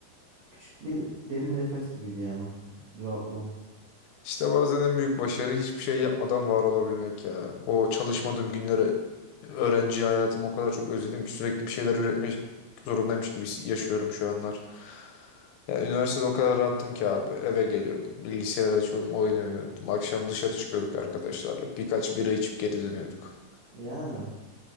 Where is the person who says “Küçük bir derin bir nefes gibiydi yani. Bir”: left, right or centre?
Right